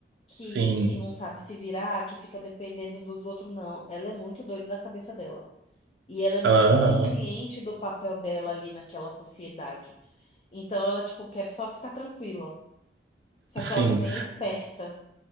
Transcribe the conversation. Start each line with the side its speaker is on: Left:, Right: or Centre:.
Left: que,
Right: Sim.
Left: que não sabe se virar, que fica dependendo dos outros, não. Ela é muito doida da cabeça dela. E ela é muito
Right: Aham.
Left: consciente do papel dela ali naquela sociedade. Então ela, tipo, quer só ficar tranquila. Só
Right: Sim.
Left: que ela também é esperta.